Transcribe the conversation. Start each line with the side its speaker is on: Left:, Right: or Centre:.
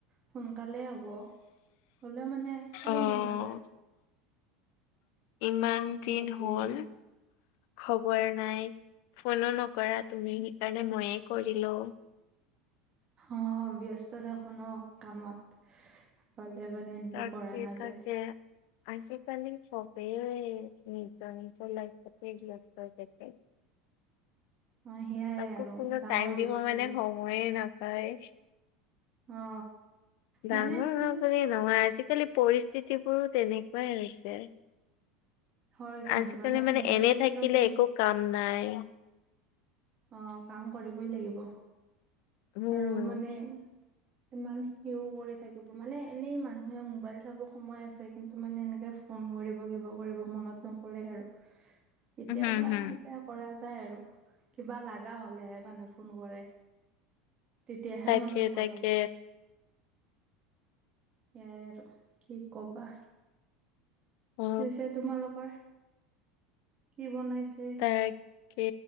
Right: সোনকালে হব। হ'লেও মানে খাব
Left: অ',
Right: মন নাযায়।
Left: ইমান
Right: মোৰ
Left: দিন
Right: অলপ দেৰি
Left: হ'ল।
Right: হৈ যায়
Left: খবৰ নাই, ফোনো নকৰা তুমি, সেইকাৰণে ময়েই কৰিলো।
Right: অ', ব্যস্ত থাকো ন কামত। <unintelligible> তাৰমানে এনেকে
Left: তাকে
Right: কৰা নাযায়।
Left: তাকে। আজিকালি চবেই নিজৰ-নিজৰ লাইফটে ব্যস্ত হৈ থাকে।
Right: অ সেয়াই
Left: কাকো
Right: আৰু
Left: কোনো
Right: ডাঙৰ
Left: টাইম
Right: হৈছো
Left: দিব মানে সময়েই নাপায়।
Right: অ
Left: ডাঙৰ
Right: মানে তুমি
Left: হ'ল বুলি নহয়, আজিকালি পৰিস্থিতিবোৰো তেনেকুৱাই হৈছে।
Right: হয় কিন্তু
Left: আজিকালি মানে
Right: মোবাইল
Left: এনে
Right: থাকিলেও
Left: থাকিলে
Right: তুমি
Left: একো কাম নাই।
Right: অ', কাম কৰিবই লাগিব,
Left: উম।
Right: আৰু মানে
Left: <inaudible>
Right: ইমান সিও কৰি থাকিব, মানে এনেই মানুহে মোবাইল চাব সময় আছে, কিন্তু মানে এনেকে ফোন কৰিব, কিবা কৰিব, মনত নপৰে আৰু!
Left: <inaudible>
Right: কেতিয়াবা
Left: হুম।
Right: এনেকে কৰা যায় আৰু। কিবা লগা হ'লেহে মানুহে ফোন কৰে, তেতিয়াহে
Left: তাকে
Right: মনত পৰে।
Left: তাকে।
Right: এয়াই আৰু, কি ক'বা।
Left: অ
Right: পিছে তোমালোকৰ, কি বনাইছে?
Left: তাকে,